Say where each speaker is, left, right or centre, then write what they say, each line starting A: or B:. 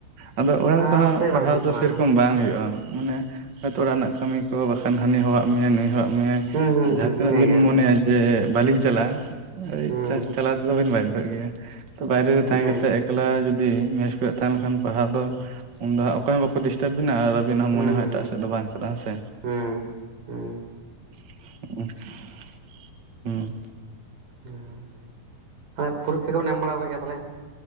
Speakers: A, on the right (about 45°); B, on the right (about 60°).
A: ᱟᱫᱚ ᱚᱲᱟᱜ
B: ᱟᱨᱚ
A: ᱨᱮᱫᱚ ᱦᱟᱸᱜ
B: ᱥᱮ ᱵᱟᱝ
A: ᱯᱟᱲᱦᱟᱣ
B: ᱦᱩᱭᱩᱜ
A: ᱫᱚ
B: ᱠᱟᱱᱟ
A: ᱥᱮᱨᱚᱠᱚᱢ ᱵᱟᱝ ᱦᱩᱭᱩᱜᱼᱟ᱾ ᱢᱟᱱᱮ ᱦᱳᱭᱛᱳ ᱚᱲᱟᱜ ᱨᱮᱱᱟᱜ ᱠᱟᱹᱢᱤ ᱠᱚ, ᱵᱟᱠᱷᱟᱱ ᱦᱟᱹᱱᱤ ᱦᱚᱦᱚᱣᱟᱜ ᱢᱮ ᱱᱩᱭ ᱦᱚᱦᱚᱣᱟᱜ ᱢᱮ
B: ᱦᱩᱸ ᱦᱩᱸ ᱦᱩᱸ
A: ᱡᱟᱦᱟᱸ ᱛᱤᱱᱟᱹᱜ
B: ᱤᱱᱟᱹᱜᱮ
A: ᱵᱤᱱ ᱢᱚᱱᱮᱭᱟ ᱡᱮ ᱵᱟᱹᱞᱤᱧ ᱪᱟᱞᱟᱜᱼᱟ
B: ᱦᱩᱸ
A: ᱾ ᱪᱟᱞᱟᱣ ᱛᱮᱫᱚ ᱵᱮᱱ ᱵᱟᱫᱫᱷᱚᱜ ᱜᱮᱭᱟ ᱛᱚ ᱵᱟᱭᱨᱮ ᱨᱮ ᱛᱟᱦᱮᱸ
B: ᱤᱱᱟᱹᱜᱮ
A: ᱠᱟᱛᱮᱫ ᱮᱠᱞᱟ ᱡᱩᱫᱤ ᱢᱮᱥ ᱠᱚᱨᱮ ᱛᱟᱦᱮᱸ ᱞᱮᱱᱠᱷᱟᱱ ᱯᱟᱲᱦᱟᱣ ᱫᱚ ᱩᱱ ᱫᱚ ᱚᱠᱚᱭ ᱦᱚᱸ ᱵᱟᱠᱚ ᱰᱤᱥᱴᱟᱵᱮᱱᱟ᱾ ᱟᱵᱤᱱᱟᱜ
B: ᱦᱩᱸ
A: ᱢᱚᱱᱮ
B: ᱦᱩᱸ
A: ᱦᱚᱸ ᱮᱴᱟᱜ ᱥᱮᱫ ᱫᱚ ᱵᱟᱝ ᱪᱟᱞᱟᱜ-ᱟ ᱦᱮᱸ ᱥᱮ᱾
B: ᱦᱩᱸ ᱦᱮᱸ,
A: <inaudible> ᱦᱩᱸ᱾
B: <unintelligible> ᱯᱚᱨᱤᱠᱠᱷᱟ ᱠᱚᱵᱮᱱ ᱮᱢ ᱵᱟᱲᱟ ᱠᱮᱫ ᱜᱮᱭᱟ ᱛᱟᱦᱚᱸᱞᱮ?